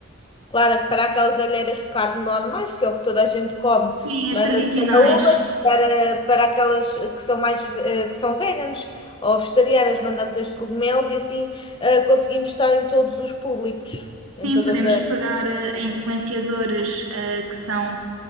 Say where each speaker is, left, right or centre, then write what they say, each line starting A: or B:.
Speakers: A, on the left (about 25°); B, on the right (about 75°).
A: claro, para aquelas alheiras de carne normais, que é o que toda a gente come,
B: sim, as
A: manda-se
B: tradicionais.
A: para umas, para, para aquelas que são mais, eh, que são veganas ou vegetarianas, mandamos as de cogumelos e assim ah, conseguimos estar em todos os públicos, em
B: Sim,
A: todas
B: podemos
A: as...
B: pegar eh, em influenciadores eh, que são